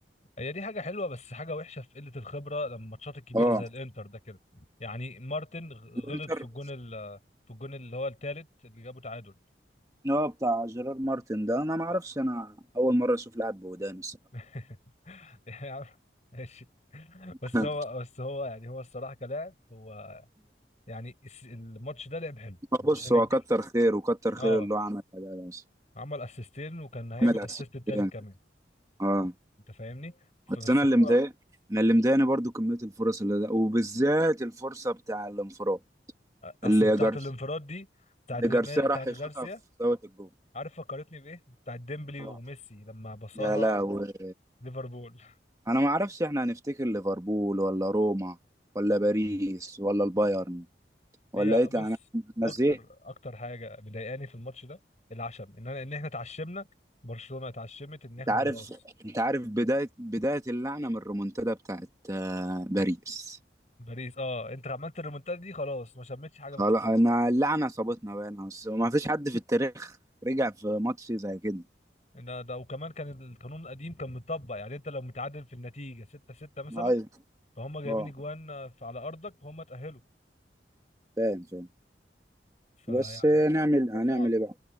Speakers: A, on the left; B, on the right.
A: هي دي حاجة حلوة بس حاجة وحشة في قلة الخبرة لما الماتشات الكبيرة
B: اه
A: زي الانتر ده كده يعني مارتن غ-
B: الانتر
A: غلط في الجون ال- في الجون اللي هو التالت اللي جابه تعادل
B: هو بتاع جيرار مارتن ده انا ما اعرفش
A: آه.
B: انا اول مرة اشوف لاعب بودان الصراحة
A: <laughs> يا عم ماشي
B: <laughs>
A: بس هو بس هو يعني هو الصراحة كلاعب هو يعني الس- الماتش ده لعب حلو مش
B: بص
A: هننكر
B: هو كتر خير وكتر
A: اه
B: خير اللي هو عملها ده ده بس
A: عمل اسيستين وكان هيعمل
B: عملها
A: اسيست
B: اسيستين
A: التالت كمان
B: اه
A: انت فاهمني
B: بس
A: فبس
B: انا اللي
A: هو
B: مضايق انا اللي مضايقني برضو كمية الفرص اللي ده وبالذات الفرصة بتاع الانفراد
A: اصل
B: اللي
A: بتاعت
B: جارس
A: الانفراد دي بتاعت
B: اللي
A: بتاعت
B: جارسيا راح يشوطها
A: غارسيا
B: في زاوية الجول
A: عارف فكرتني بايه بتاعت ديمبلي
B: آه.
A: وميسي لما بصاها
B: يا لهوي
A: ليفربول <laughs>
B: انا ما اعرفش احنا هنفتكر ليفربول ولا روما ولا باريس ولا البايرن ولا
A: هي
B: ايه تاني.
A: بص
B: انا أنا
A: اكتر
B: زهقت
A: اكتر حاجه مضايقاني في الماتش ده العشم ان أنا- ان احنا اتعشمنا برشلونه اتعشمت ان احنا
B: انت عارف
A: خلاص
B: انت عارف بدايه بدايه اللعنه من الريمونتادا بتاعت آه، باريس
A: باريس اه انت عملت الريمونتادا دي خلاص ما شمتش حاجه
B: خلاص
A: بعد كده
B: انا اللعنه صابتنا بقى أنا أصل ما فيش حد في التاريخ رجع في ماتش زي كده
A: ان ده وكمان كان القانون القديم كان مطبق يعني انت لو متعادل في النتيجه 6 6 مثلا
B: ايوه
A: فهم جايبين
B: اه
A: اجوان آه، في- على ارضك فهم تاهلوا
B: فاهم فاهم
A: فيعني
B: بس نعمل
A: الموضوع
B: هنعمل
A: صعب
B: ايه بقى